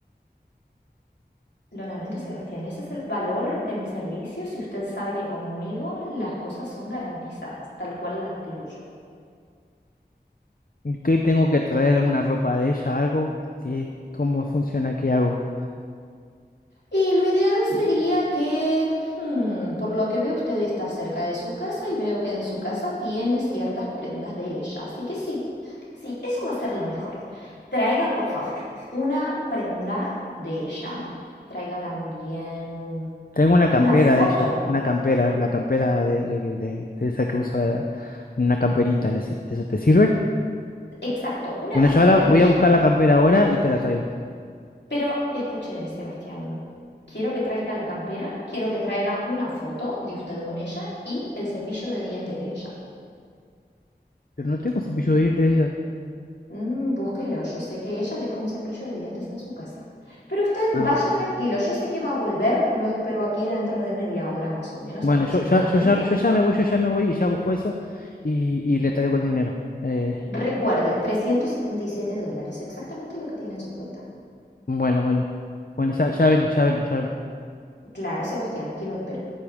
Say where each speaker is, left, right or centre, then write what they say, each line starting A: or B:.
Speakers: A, on the left (about 80°); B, on the left (about 55°).
A: Lo lamento, Sebastián, ese es el valor de mis servicios y usted sabe que conmigo las cosas son garantizadas, tal cual las digo
B: ¿Qué tengo que traer? ¿Una ropa de ella? ¿Algo? ¿Qué, cómo funciona? ¿Qué hago?
A: Y lo ideal sería que, mm, por lo que veo, usted está cerca de su casa y veo que en su casa tiene ciertas prendas de ella. Así que sí, sí, eso va a ser lo mejor. Traiga, por favor, una prenda de ella. Traiga también
B: Tengo una campera
A: una foto.
B: de ella, una campera, la campera de, de- de- de esa que usa, una camperita, ¿le sir- ¿eso te sirve?
A: Exacto, una
B: Bueno,
A: campera
B: yo ahora voy
A: de ella.
B: a buscar la campera ahora y te la traigo.
A: Pero escuche, Sebastián, quiero que traiga la campera, quiero que traiga una foto de usted con ella y el cepillo de dientes de ella.
B: Pero no tengo cepillo de dientes de ella.
A: Mm, búsquelo, yo sé que ella dejó un cepillo de dientes en su casa. Pero usted
B: Ah,
A: vaya tranquilo, yo sé que va a volver, lo espero aquí dentro de media hora más o menos
B: bueno,
A: aproximadamente.
B: yo ya, yo ya, yo ya me voy, yo ya me voy y ya busco eso y, y le traigo el dinero. Eh,
A: Recuerde, 377 dólares, exactamente lo que tiene en su cuenta.
B: bueno, bueno, bueno, ya ya vengo, ya vengo, ya vengo.
A: Claro, Sebastián, aquí lo espero.